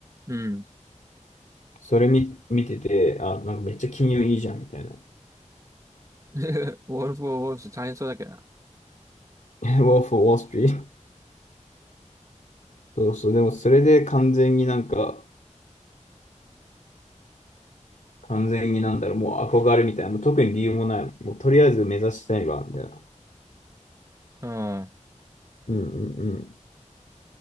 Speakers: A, on the right (about 25°); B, on the left (about 75°).
A: うん。
B: それ見、見てて、あ、なんかめっちゃ金融いいじゃんみたいな。
A: <laughs> ウォールフ・オブ・ウォールスト大変そうだけどな。
B: <laughs> War for Wall Street? そうそう、でもそれで完全になんか、完全になんだろう、もう憧れみたいな、もう特に理由もない、もうとりあえず目指したいわ、みたいな。
A: ああ、
B: うんうんうん。